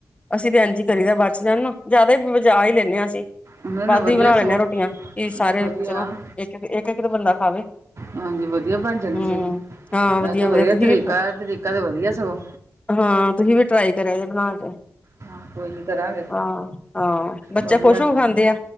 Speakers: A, on the left; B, on the right.
A: ਅਸੀਂ ਤੇ ਇੰਝ ਈ ਕਰੀ ਦਾ ਬਚ ਜਾਣ ਨਾ ਜਿਆਦਾ ਹੀ ਬਚ ਈ ਲੈਂਦੇ ਆ ਅਸੀਂ
B: ਨਹੀਂ ਨਹੀਂ
A: ਵੱਧ
B: ਵਧੀਆ
A: ਈ ਬਣਾ ਲੈਂਦੇ
B: ਸਗੋਂ
A: ਆ ਰੋਟੀਆਂ ਕੀ
B: ਨਹੀਂ
A: ਸਾਰੇ
B: ਵਧੀਆ
A: ਚਲੋ ਇੱਕ-ਇੱਕ-ਇੱਕ ਤੇ ਬੰਦਾ ਖਾਵੇ
B: ਹਾਂਜੀ ਵਧੀਆ ਬਣ ਜਾਂਦੀ
A: ਹਮ
B: ਸੀ।
A: ਹਾਂ
B: ਇਹ ਤੇ ਵਧੀਆ
A: ਤੁਸੀਂ
B: ਤਰੀਕਾ
A: ਵੀ
B: ਤੇ ਵਧੀਆ ਸਗੋਂ
A: ਹਾਂ ਤੁਸੀਂ ਵੀ ਟਰਾਈ ਕਰਿਆ ਜੇ ਬਣਾ ਕੇ
B: ਹਾਂ ਕੋਈ ਨੀ ਕਰਾਂਗੇ
A: ਹਹ ਹਾਂ ਬੱਚਾ
B: ਵਧੀਆ
A: ਖੁਸ਼ ਹੋ ਕੇ ਖਾਂਦੇ ਆ